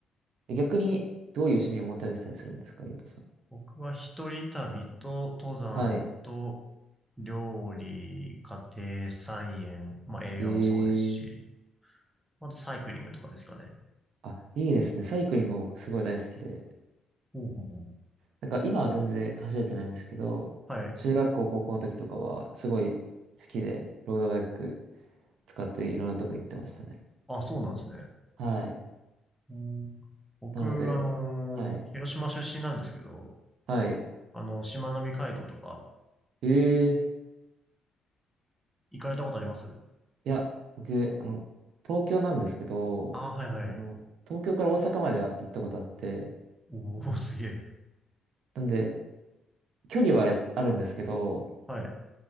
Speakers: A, on the right (about 75°); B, in the centre.
A: え逆に、どういう趣味を持たれてたりするんですか、ゆうとさん。
B: 僕は一人旅と登山と
A: はい。
B: 料理、家庭菜園、まあ映画もそうですし、
A: えー、
B: あとサイクリングとかですかね。
A: あ、いいですね。サイクリング僕すごい大好きで、
B: ほうほうほう。
A: なんか今は全然走れてないんですけど、
B: はい。
A: 中学校、高校の時とかはすごい好きで、ロードバイク使っていろんなとこ行ってましたね。
B: あ、そうなんですね。
A: はい。
B: うん僕、
A: なので、
B: あのー広島出身なんですけど、
A: はい。はい。
B: あの、しまなみ海道とか
A: ええ
B: 行かれたことあります
A: いや、僕、あの、東京なんですけど、
B: あ、はいはい。
A: あの、東京から大阪までは行ったことあって、
B: おー、すげえ。
A: なんで、距離はやあるんですけど、
B: はい。